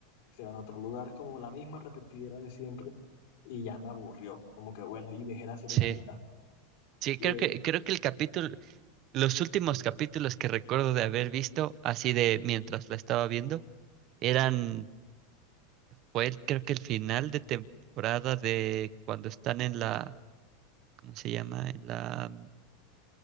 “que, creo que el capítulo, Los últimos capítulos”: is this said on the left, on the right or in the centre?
Right